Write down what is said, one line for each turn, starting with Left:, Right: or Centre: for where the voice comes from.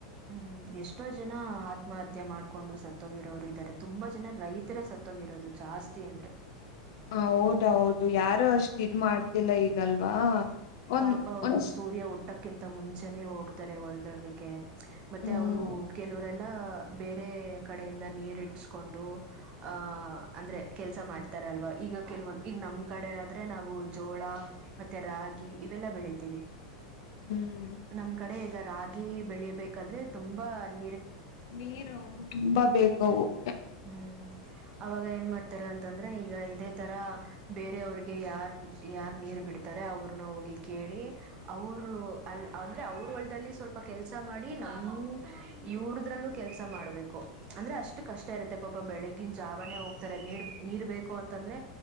Right: ಹ್ಮ್ ಎಷ್ಟೋ ಜನ ಆತ್ಮಹತ್ಯೆ ಮಾಡ್ಕೊಂಡು ಸತ್ತೋಗಿರೋರು ಇದಾರೆ ತುಂಬಾ ಜನ ರೈತರ ಸತ್ತೋಗಿರೋದು ಜಾಸ್ತಿ ಅಂದ್ರೆ
Left: ಹ ಹೌದೌದು ಯಾರು ಅಷ್ಟು ಇದ್ ಮಾಡ್ತಿಲ್ಲ ಈಗಲ್ವಾ ಒಂದ್
Right: ಪಾಪ ಅವರು
Left: ಒಂದ್
Right: ಸೂರ್ಯ ಉಟ್ಟು. <unintelligible> ಊಟ್ಟಕ್ಕಿಂತ ಮುಂಚೆನೇ ಹೋಗ್ತಾರೆ ಹೊಲ್ದಡ್ಲಿಕ್ಕೆ ಮತ್ತೆ
Left: ಹ್ಮ್
Right: ಅವರು ಕೆಲವರೆಲ್ಲ <unintelligible> ಬೇರೆ ಕಡೆಯಿಂದ ನೀರಿ ಇಟ್ಟಸ್ಕೊಂಡು ಆಹ ಅಂದ್ರೆ ಕೆಲಸ ಮಾಡ್ತಾರ ಅಲ್ವಾ ಈಗ ಕೆಲವೊಂದು ಈಗ ನಮ್ ಕಡೆ ಆದ್ರೆ ನಾವು ಜೋಳ ಮತ್ತೆ ರಾಗಿ. ಇವೆಲ್ಲಾ ಬೆಳಿತೀವಿ.
Left: ಹ್ಮ್
Right: ನಮ್ ಕಡೆ ಹೇಗ. ರಾಗಿ ಬೆಳೆಯಬೇಕಾದ್ರೆ ತುಂಬಾ ನಿ.
Left: ನೀರು ತುಂಬಾ ಬೇಕು <unintelligible>
Right: ಹ್ಮ್ ಅವಾಗ ಏನ್ ಮಾಡತಾರೆ ಅಂತಂದ್ರೆ ಈಗ ಇದೇ ತರ ಬೇರವ್ರಿಗೆ ಯಾರ್ ಯಾರ್ ನೀರ್ ಬಿಡ್ತಾರೆ ಅವ್ರನ್ನ ಹೋಗಿ ಕೇಳಿ ಅವರು ಅ ಅಂದ್ರೆ ಅವ್ರ ಒಳಲ್ಲಿ ಸ್ವಲ್ಪ ಕೆಲ್ಸ ಮಾಡಿ ನಮ ಇವ್ರದ್ರಲ್ಲೂ ಕೆಲ್ಸ ಮಾಡ್ಬೇಕು ಅಂದ್ರೆ ಅಷ್ಟು ಕಷ್ಟ ಇರುತ್ತೆ ಪಾಪ ಬೆಳಗಿನ ಜಾವಾನೇ ಹೋಗ್ತಾರೆ ನೀರ್ ನೀರ್ ಬೇಕು ಅಂತಂದ್ರೆ